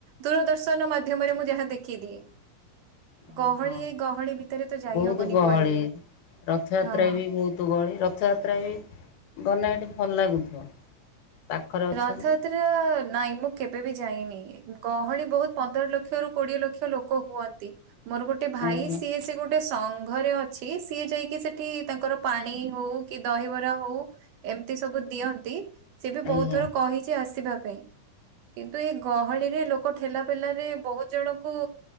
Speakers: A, on the right (about 80°); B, on the left (about 80°).
A: ଦୂରଦର୍ଶନ ମାଧ୍ୟମରେ ମୁଁ ଯାହା ଦେଖିଦିଏ।
B: ହଁ
A: ଗହଳି
B: ହଁ
A: ଏଇ ଗହଳି ଭିତରେ ତ ଯାଇ
B: ବହୁତ
A: ହବନି
B: ଗହଳି
A: କୁଆଡେ ବି
B: ରଥଯାତ୍ରା
A: ହଁ।
B: ବି ବହୁତ ଗହଳି ରଥଯାତ୍ରା ବି ଗନେ ହେଟି ଭଲ ଲାଗୁଥିବ। ପାଖରେ ଅଛନ୍ତି
A: ରଥଯାତ୍ରା ନାଇଁ ମୁଁ କେବେ ବି ଯାଇନି। ଗହଳି ବହୁତ ପନ୍ଦର ଲକ୍ଷରୁ କୋଡିଏ ଲକ୍ଷ ଲୋକ ହୁଅନ୍ତି ମୋର ଗୋଟେ ଭାଇ
B: ଆଜ୍ଞା
A: ସିଏ ସେ ଗୋଟେ ଗୋଟେ ସଙ୍ଘରେ ଅଛି ସିଏ ଯାଇକି ସେଠି ତାଙ୍କର ପାଣି ହଉ କି ଦହିବରା ହଉ ଏମିତି ସବୁ ଦିଅନ୍ତି ସେବି
B: ଆଜ୍ଞା
A: ବହୁତ ଥର କହିଛି ଆସିବା ପାଇଁ। କିନ୍ତୁ ଏଇ ଗହଳିରେ ଲୋକ ଠେଲା ପେଲାରେ ବହୁତ ଜଣଙ୍କୁ